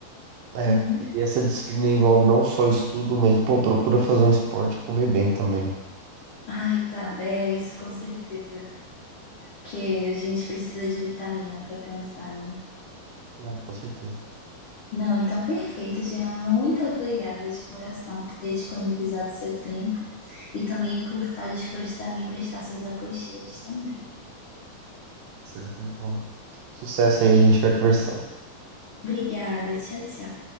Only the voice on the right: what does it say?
É,
e essa disciplina envolve não só estudo, mas pô, procura fazer um esporte e comer bem também.
né? com certeza.
Certo, então, sucesso aí, a gente vai conversando.